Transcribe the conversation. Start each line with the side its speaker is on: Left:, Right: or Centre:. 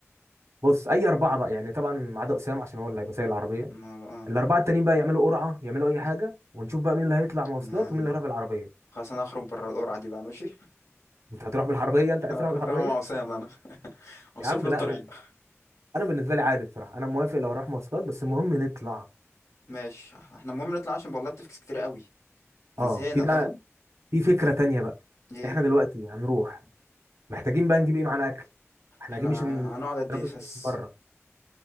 Right: بص اي اربعه بقى يعني طبعا ما عدا اسامه عشان هو اللي هيبقى سايق العربيه
Left: ما بقى
Right: الاربعه التانيين بقى يعملوا قرعه يعملوا اي حاجه ونشوف بقى مين اللي هيطلع مواصلات
Left: انا يا عم
Right: ومين اللي هيروح بالعربيه
Left: خلاص انا هخرج بره القرعه دي بقى ماشي
Right: انت هتروح بالعربيه انت
Left: <laughs>
Right: عايز تروح بالعربيه
Left: هروح مع اسامه انا
Right: <laughs>
Left: اوصف
Right: يا عم
Left: له
Right: لا
Left: الطريق
Right: انا انا بالنسبه لي عادي بصراحه انا موافق لو هروح مواصلات بس المهم نطلع
Left: ماشي احنا المهم نطلع عشان والله بتفكس كتير قوي احنا
Right: اه
Left: زهقنا
Right: في بقى
Left: فاهم
Right: في فكره تانيه بقى
Left: ايه
Right: احنا دلوقتي هنروح محتاجين بقى نجيب ايه معانا اكل احنا
Left: احنا
Right: اكيد مش هناكل
Left: هنقعد قد ايه بس
Right: من بره